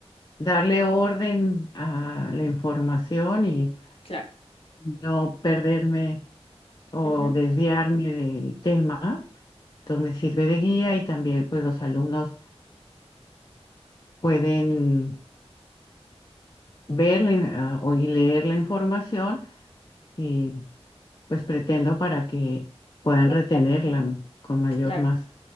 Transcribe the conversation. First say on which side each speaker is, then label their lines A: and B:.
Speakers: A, on the left (about 40°); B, on the left (about 60°).
A: darle orden a la información y
B: Claro,
A: no perderme o
B: ujú,
A: desviarme del tema. Entonces me sirve de guía y también pues los alumnos pueden ver la in- ah, o y leer la información y pues pretendo para que puedan retenerla con mayor
B: claro.
A: más.